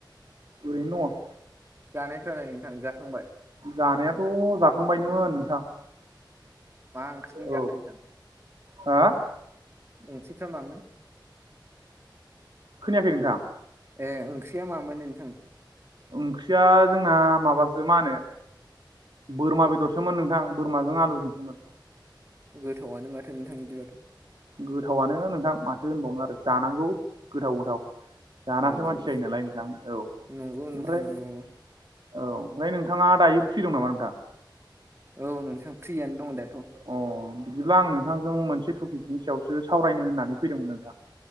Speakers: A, on the right; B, on the right.
A: ओरैनो दङ।
B: जानायफ्रालाय नोंथां जाखांबाय?
A: जानायाथ' जाखांबायनोमोन नोंथां।
B: मा ओंख्रिजों
A: औ
B: जाखो नोंथां
A: हा
B: ओंख्रिफ्रा मामोन?
A: खोनायाखै नोंथां
B: ए ओंख्रिया मामोन नोंथां?
A: ओंख्रिया जोंना माबासो मा होनो बोरमा बेदरसोमोन नोंथां बोरमाजों आलुजोंसोमोन।
B: गोथावआनो माथो नोंथां बिदिबाथ'।
A: गोथावनो नोंथां माथो होनबावनो आरो जानांगौ गोथाव गोथाव जानासो
B: औ
A: मानसि जायो नालाय नोंथां औ ओमफ्राय
B: नंगौ नोंथां नंगौ
A: औ ओमफ्राय नोंथाङा दायो फ्रि दं नामा नोंथां?
B: औ नोंथां फ्रियानो दङ दाथ'।
A: अ बिदिब्ला आं नोंथांजों मोनसे टपिकनि सायावसो सावरायनो होननानै फैदोंमोन नोंथां।